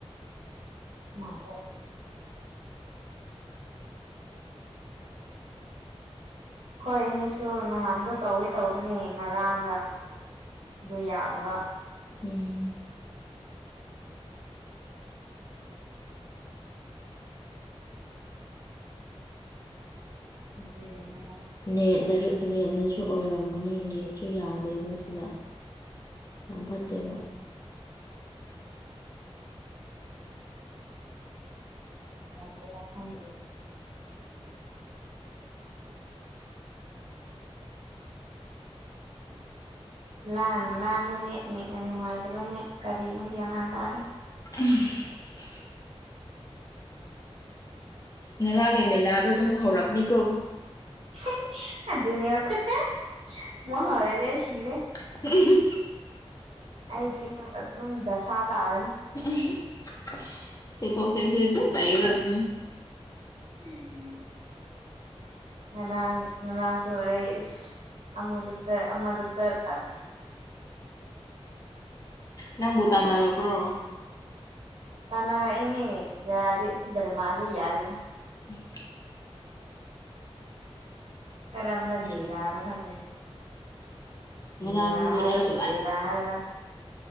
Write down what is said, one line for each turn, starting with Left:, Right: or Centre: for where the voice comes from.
Right: ꯃꯥꯜꯂꯦ ꯈꯣꯏ ꯏꯅꯤꯁꯨ ꯅꯍꯥꯟꯗꯣ ꯇꯧꯒꯦ ꯇꯧꯕꯅꯦ ꯉꯔꯥꯡꯗ ꯑꯗꯨ ꯌꯥꯗꯕ
Left: ꯎꯝ
Right: ꯀꯩꯗꯧꯅꯕ
Left: ꯅꯦꯠꯅꯖꯨ ꯅꯦꯠꯅꯁꯨ ꯑꯣꯏꯔꯝꯒꯅꯤ ꯅꯦꯠꯁꯨ ꯌꯥꯗꯦꯕ ꯁꯤꯗ ꯌꯥꯝ ꯐꯠꯇꯦꯕꯣ
Right: ꯎꯝ <unintelligible> ꯂꯥꯟꯅ ꯂꯥꯡꯕꯅꯦ ꯅꯦꯠꯅ ꯅꯨꯡꯉꯥꯏꯇꯕꯅꯦ ꯀꯔꯤꯅꯣ ꯒ꯭ꯌꯥꯟ ꯃꯥꯟ ꯇꯥꯗꯦ
Left: <unintelligible> ꯉꯔꯥꯡ ꯅ ꯃꯦꯂꯥꯗꯣ ꯗꯨꯝ ꯍꯧꯔꯛꯅꯤꯀꯣ
Right: <unintelligible>
Left: <unintelligible>
Right: ꯑꯩꯗꯤ ꯗꯨꯝ ꯑꯗꯨꯝ ꯗꯁꯥ ꯇꯥꯔꯅꯤ
Left: <unintelligible> ꯆꯤꯟꯊꯣꯛ ꯆꯦꯟꯁꯤꯟ ꯗꯨꯝ ꯂꯩꯒꯗꯝꯅꯦ
Right: ꯎꯝ ꯎꯝ ꯉꯔꯥꯡ ꯉꯔꯥꯡꯁꯨ ꯑꯩ ꯏꯁ ꯑꯃꯗ ꯆꯠ ꯑꯃꯗ ꯆꯠ ꯑꯁ
Left: ꯅꯪꯕꯨ ꯨꯇꯥꯟꯅꯔꯛꯄ꯭ꯔꯣ
Right: ꯇꯥꯟꯅꯔꯛꯏꯅꯦ ꯌꯥꯗꯦ ꯗꯔꯃꯥꯁꯦ ꯌꯥꯗꯦ ꯃꯥ
Left: <inaudible>
Right: ꯀꯔꯝꯕ ꯂꯤꯂꯥꯅꯣ
Left: ꯎꯝ
Right: ꯈꯪꯗꯦ
Left: ꯉꯔꯥꯡꯗꯨꯗꯤ
Right: ꯂꯤꯂꯥ ꯍꯥꯏꯕ꯭ꯔꯥ
Left: ꯑꯩꯁꯨ
Right: ꯂꯦꯂꯥ ꯍꯥꯏꯕ꯭ꯔꯥ